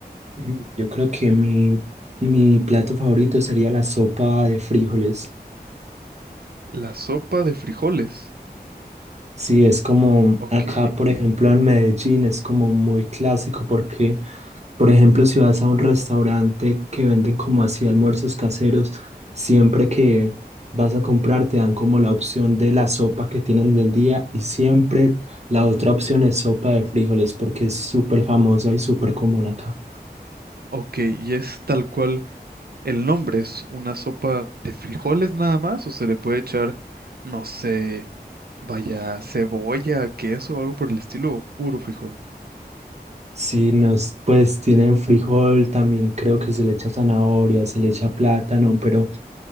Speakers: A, on the right; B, on the right.
A: Mm, Yo creo que mi, mi plato favorito sería la sopa de frijoles.
B: La sopa de frijoles.
A: Sí, es como
B: Ok,
A: acá, por ejemplo, en Medellín es como muy clásico porque Por ejemplo, si vas a un restaurante que venden como así almuerzos caseros, siempre que vas a comprar te dan como la opción de la sopa que tienen del día y siempre la otra opción es sopa de frijoles porque es súper famosa y súper común acá.
B: ok, y es tal cual el nombre, es una sopa de frijoles nada más, o se le puede echar, no sé, vaya, cebolla, queso o algo por el estilo, o puro frijol.
A: Si nos, pues tienen frijol, también creo que se le echa zanahoria, se le echa plátano, pero